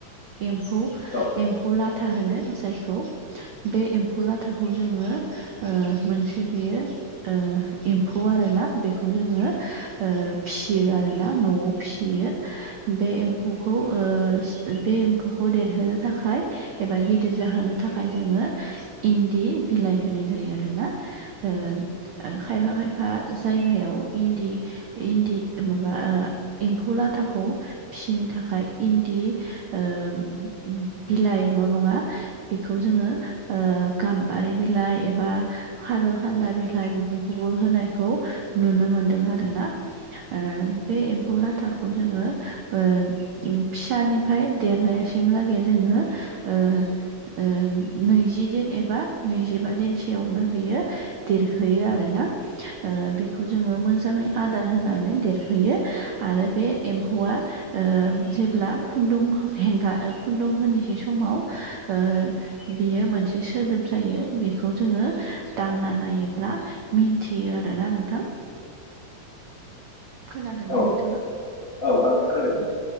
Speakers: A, on the right (about 75°); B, on the left (about 45°).
A: एम्फौ
B: औ
A: एम्फौ लाथा होनो जायखौ बे एम्फौ लाथाखौ जोङो मोनसे बेयो ओ एम्फौ आरो ना बेखौ जोङो फियो आरो ना न'आव फिसियो। बे एम्फौखौ ओ बे एम्फौखौ देरहोनो थाखाय एबा गिदिर जाहोनो थाखाय जोङो इन्दि बिलाइ होनाय जायो आरोना। ओ खायफा खायफा जायगायाव इन्दि इन्दि माबा ओ एम्फौ लाथाखौ फिसिनो थाखाय इन्दि ओ बिलाइल' नङा। बेखौ जोङो ओ गाम्बारि बिलाइ एबा खारौखान्दा बिलाइ बेफोरखौ खौबो होनायखौ नुनो मोनदों आरो ना। ओ बे एम्फौ लाथाखौ जोङो ओ फिसानिफ्राय देरनायसिमलागै जोङो ओ ओम नैजिदिन एबा नैजिबा दिनसोयावनो बियो देरहैयो आरोना बेखौ जोङो मोजाङै आदार होनानै देरहोयो आरो बे एम्फौआ ओ जेब्ला खुन्दुं हेंगा खुन्दुं होनोसै समाव ओ बेयो मोनसे सोदोब जायो बेखौ जोङो दांना नायोब्ला मिथियो आरो ना नोंथां खोनादोंना
B: औ
A: नोंथाङा?
B: औ आं खोनादों।